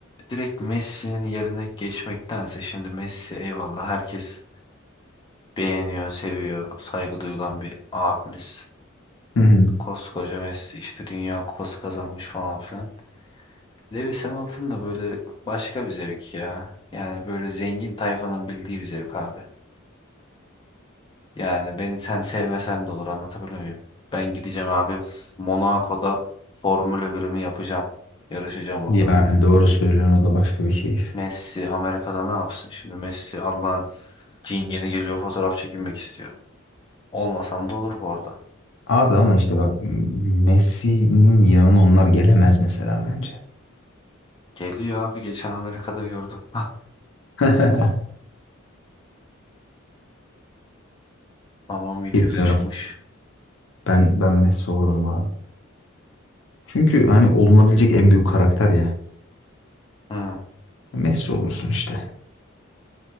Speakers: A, on the left; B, on the left.
A: direkt Messi'nin yerine geçmektense şimdi Messi eyvallah herkes beğeniyor, seviyor, saygı duyulan bir abimiz.
B: Hı hı.
A: Koskoca Messi işte Dünya Kupası kazanmış falan filan. Lewis Hamilton da böyle başka bir zevk ya. Yani böyle zengin tayfanın bildiği bir zevk abi. Yani beni sen sevmesen de olur anlatabiliyor muyum? Ben gideceğim abi Monaco'da Formula birimi yapacağım. Yarışacağım orada.
B: Yani doğru söylüyorsun o da başka bir keyif.
A: Messi Amerika'da ne yapsın? Şimdi Messi Allah'ın cingeni geliyor fotoğraf çekinmek istiyor. Olmasam da olur bu arada.
B: Abi ama işte bak Messi'nin yanına onlar gelemez mesela bence.
A: Geliyor abi geçen Amerika'da gördüm. <laughs>
B: <laughs>
A: Balon videosu
B: Bilmiyorum.
A: çıkmış.
B: Ben ben Messi olurdum abi. Çünkü hani olunabilecek en büyük karakter ya.
A: Hı.
B: Messi olursun işte.